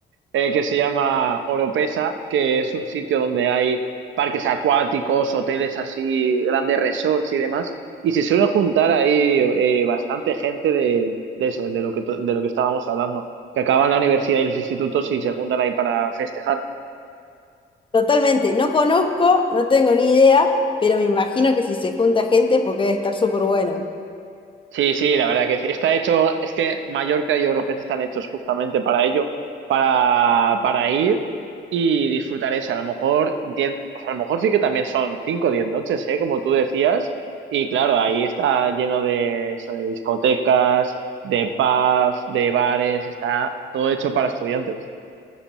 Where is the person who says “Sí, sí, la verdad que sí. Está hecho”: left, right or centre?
Right